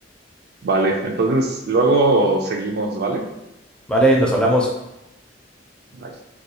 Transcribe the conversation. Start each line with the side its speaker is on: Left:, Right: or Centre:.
Right: Vale, entonces luego seguimos, ¿vale?
Centre: Vale, nos hablamos.
Right: Bye.